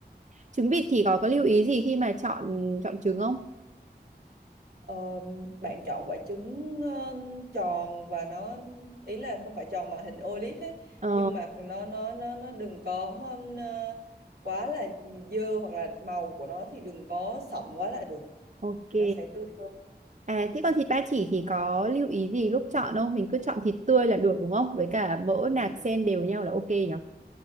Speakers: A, on the right (about 45°); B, on the right (about 60°).
A: Trứng vịt thì có có
B: Ừ.
A: lưu ý gì khi mà chọn chọn trứng không?
B: Ờ, bạn chọn quả trứng ờ, tròn và nó ý là không phải tròn mà hình olive ấy
A: Ờ
B: nhưng mà nó nó nó nó đừng có ừm, ờ, quá là dơ hoặc là màu của nó thì đừng có sậm quá là được
A: Ok.
B: thì nó sẽ tươi hơn
A: À, thế còn thịt ba chỉ thì có lưu ý gì lúc chọn không? Mình cứ chọn thịt tươi là được đúng không? Với cả mỡ
B: ừ.
A: nạc xen đều nhau là ok nhỉ?